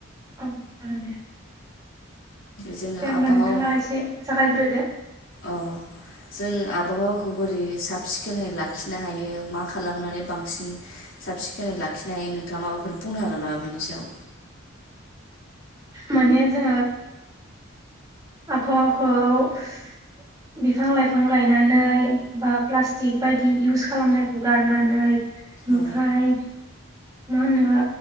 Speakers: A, on the right; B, on the left.
A: औ जागोन दे।
B: जोङो
A: दे होमबा
B: आबहावा
A: नोंथाङा एसे जागायग्रो
B: औ जों आबहावाखौ बोरै। साब सिखोनै लाखिनो हायो मा खालामनानै बांसिन। साब सिखोनै लाखिनो हायो नोंथाङा माबाफोर बुंनो हागोन नामा बेनि सायाव।
A: माने जोंङो आबहावाखौ बिफां लाइफां गायनानै बा प्लाष्टिक बायदि इउस खालामनायखौ गारनानै। ओमफ्राय
B: औ
A: मा होनो